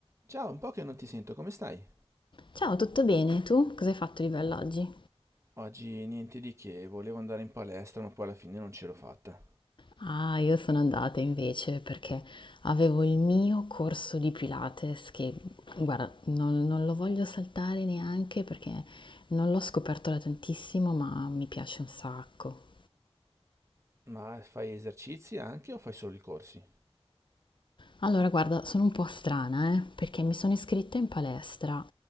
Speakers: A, on the right (about 25°); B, on the left (about 50°).
A: Ciao, un po' che non ti sento, come stai?
B: Ciao, tutto bene? Tu cosa hai fatto di bello oggi?
A: Oggi niente di che, volevo andare in palestra, ma poi alla fine non ce l'ho fatta.
B: Ah, io sono andata invece perché avevo il mio corso di Pilates che, guarda, non, non lo voglio saltare neanche perché non l'ho scoperto da tantissimo, ma mi piace un sacco.
A: Ma fai esercizi anche o fai solo i corsi?
B: Allora, guarda, sono un po' strana, eh, perché mi sono iscritta in palestra,